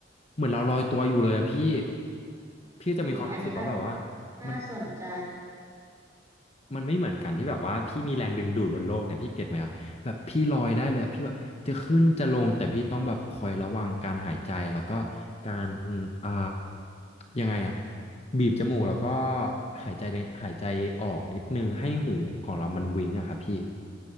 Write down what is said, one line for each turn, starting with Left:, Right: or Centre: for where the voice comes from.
Left: เหมือนเราลอยตัวอยู่เลยอะพี่พี่จะมีความรู้สึกว่าแบบว่า
Right: จริงอันนี้แบบน่าสนใจ
Left: มัน มันไม่เหมือนกันที่แบบว่าพี่มีแรงดึงดูดบนโลกเนี่ยพี่เก็ตไหมครับแบบพี่ลอยได้เลยอะพี่แบบจะขึ้นจะลงแต่พี่ต้องแบบคอยระวังการหายใจแล้วก็การอ่ายังไงอะบีบจมูกแล้วก็หายใจหายใจออกนิดนึงให้หูของเรามันวิงอะครับพี่